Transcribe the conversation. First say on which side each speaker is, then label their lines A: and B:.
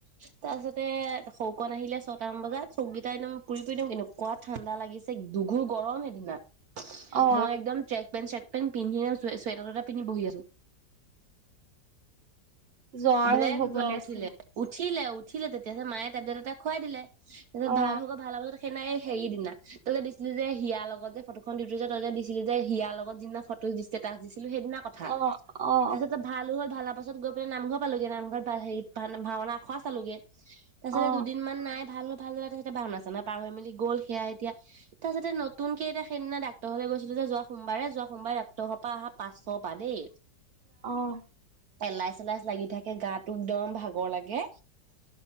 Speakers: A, on the right; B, on the right.
A: তাৰপাছতে শৌকণ আহিলে ছয়টামান বজাত চৌককেইটা একদম পুৰি পুৰি দিম কিন্তু কাত ঠাণ্ডা লাগিছে দুঘুৰ গৰম সেইদিনা
B: অ
A: মই একদম পেণ্ট চাৰ্ট পেণ্ট পিন্ধি চুৱেটাৰ দুটা পিন্ধি বহি আছো
B: জ্বৰ
A: ব্লেক
B: হবলে
A: জ্বৰ উঠিলে
B: আছে
A: উঠিলে উঠিলে তেতিয়া মায়ে টেবলেট এটা খোৱাই খুৱাই দিলে তাৰপিছত
B: অ
A: ভ হব ভাল হ' সেনাই হেৰি দিনা ততে দিছিলি যে হিয়াৰ লগত যে ফটোখন দি থ যে তইতে দিছিলি যে হিয়াৰ লগত যিদিনা ফটো দিছে তাক দিছিল সেইদিনা কথা
B: অ অ অ
A: তাৰপিছত ভালো হ'ল ভাল আ গ নামঘৰ পালোোগে নামঘৰ হেৰি ভ ভাওনা খোৱা চালোোগে তাৰিছতে
B: অ অ
A: দুদিন মমান নাই ভাল ভালা তাৰপাছতে ভওনা চাননা পাৰ হৈ মেলি গ'ল সেয়া এতিয়া তাৰাছতুক কে এয়া সেইদিনা ডাক্তৰলে গৈছিলো যে যোৱা সোমবাৰে যোৱা সোমবাৰে ডাক্তৰ পৰা আহা পাঁশ প পৰা দেই
B: অঅঅ
A: এেলাই চ এেলাই লাগি থাকে গাটো একদম ভাগৰ লাগে